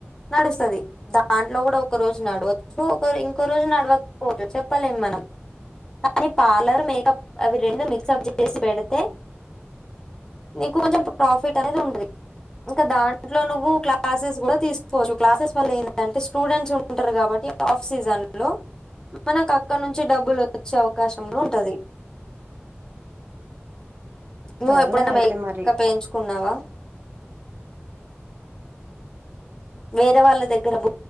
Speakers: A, on the left (about 15°); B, on the right (about 55°).
A: నడుస్తుంది దాంట్లో కూడా ఒక రోజు నడవచ్చు ఒక ఇంకో రోజు నడవకపోవచ్చు చెప్పలేం మనం కానీ పార్లర్ మేకప్ అవి రెండు మిక్స్ అప్ చేసి పెడితే నీకు కొంచెం ప్రాఫిట్ అనేది ఉండది ఇంకా దాంట్లో నువ్వు క్లాసెస్ కూడా తీసుకోవచ్చు క్లాసెస్ వల్ల ఏంది అంటే స్టూడెంట్స్ ఉంటారు కాబట్టి ఆఫ్ సీజన్ లో మనకు అక్కడ నుంచి డబ్బులు వచ్చే అవకాశం కూడా ఉంటది నువ్వు
B: సరే
A: ఎప్పుడైనా
B: అయితే
A: మేకప్
B: మరి
A: వేయించుకున్నావా వేరే వాళ్ళ దగ్గర బు